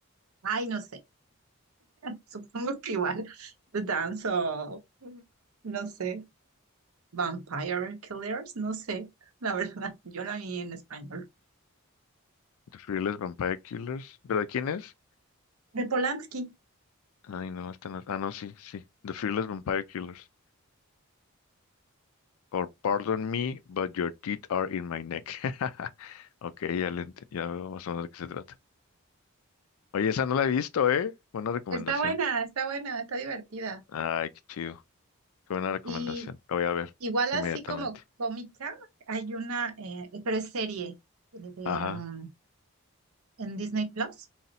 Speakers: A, on the right; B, on the left.
A: Ay, no sé, supongo que igual danzo, no sé, Vampire Killers, no sé, la verdad, yo la vi en español.
B: The Fearless Vampire Killers. ¿Pero de quién es?
A: de Polanski.
B: Ay, no, esta no. Ah, no, sí, sí. The Fearless Vampire Killers. Or Pardon Me, but your teeth are in my neck. <laughs> Ok, ya, le ent- ya veo más o menos de qué se trata. Oye, esa no la he visto, ¿eh? Buena recomendación.
A: Está buena, está buena, está divertida.
B: Ay, qué chido. Qué buena recomendación.
A: Y
B: La voy a ver
A: igual
B: inmediatamente.
A: así como cómica, hay una, eh, pero es serie eh, de,
B: Ajá,
A: um, en Disney Plus